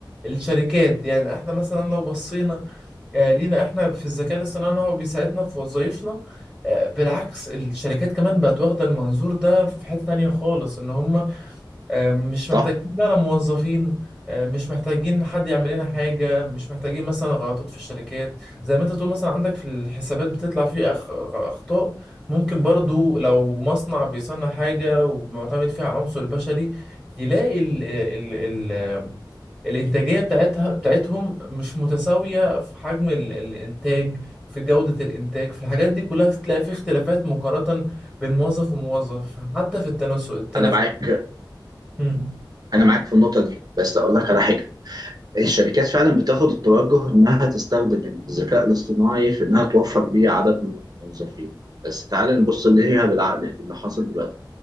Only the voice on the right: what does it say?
صح
انا معاك
انا معاك في النقطه دي بس اقول لك على حاجه الشركات فعلا بتاخد التوجه انها تستخدم الذكاء الاصطناعي في انها توفر بيه عدد من الموظفين بس تعال نبص اللي هي بالعقل اللي حاصل دلوقتي